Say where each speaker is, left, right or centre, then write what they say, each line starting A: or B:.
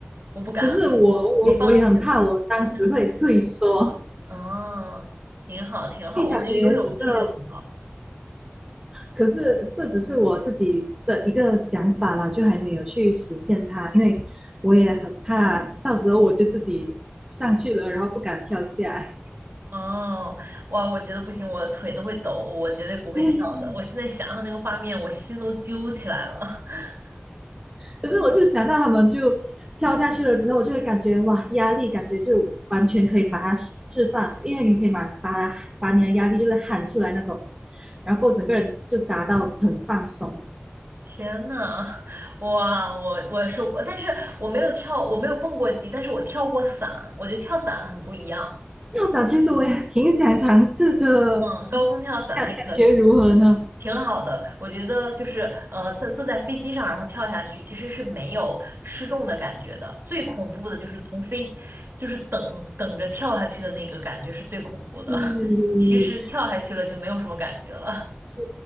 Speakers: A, on the right; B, on the right.
A: 我不敢，
B: 可是我我我也很怕，
A: 我放弃了。
B: 我当时会退缩，
A: <laughs> 嗯，挺好，挺好，
B: 因为感觉整个
A: 我觉得有勇气就很好。
B: 可是这只是我自己的一个想法啦，就还没有去实现它，因为我也很怕到时候我就自己上去了，然后不敢跳下来。
A: 哦，哇，我觉得不行，我腿都会抖，我绝对不会跳的。
B: <laughs>
A: 我现在想想那个画面，我心都揪起来了。<laughs>
B: 可是我就想到他们就跳下去了之后，就会感觉哇，压力感觉就完全可以把它释放，因为你可以把把把你的压力就是喊出来那种，然后整个人就达到很放松。
A: 天呐，哇，我我是，但是我没有跳，我没有蹦过极，但是我跳过伞，我觉得跳伞很不一样。
B: 要想，其实我也挺想尝试的，
A: 嗯，高空跳伞还可以。
B: 感感觉如何呢？
A: 挺好的，我觉得就是呃，在坐在飞机上，然后跳下去，其实是没有失重的感觉的。最恐怖的就是从飞，就是等等着跳下去的那个感觉是最恐怖的。
B: 对对对
A: <laughs> 其实跳下去了就没有什么感觉了。
B: 对是，